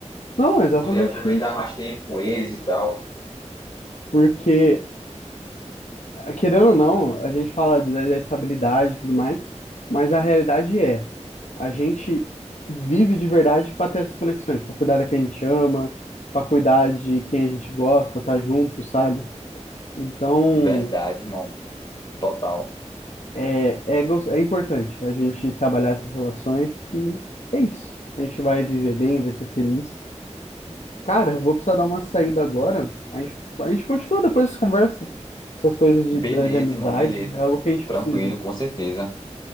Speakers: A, on the left (about 70°); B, on the left (about 35°).
A: Não, é exatamente
B: poder aproveitar
A: isso.
B: mais tempo com eles e tal.
A: Porque Querendo ou não, a gente fala de- da estabilidade e tudo mais, mas a realidade é, a gente vive de verdade para ter essas conexões, para cuidar da quem a gente ama, para cuidar de quem a gente gosta, tá junto, sabe? Então,
B: Verdade, irmão. Total.
A: é, é, gos- é importante a gente trabalhar essas relações que é isso. A gente vai viver bem, vai ser feliz. Cara, eu vou precisar dar uma saída agora. A gente, a gente continua depois dessa conversa. Essas coisas de,
B: Beleza,
A: da- de amizade
B: irmão, beleza.
A: é algo que a gente
B: Tranquilo,
A: precisa.
B: com certeza.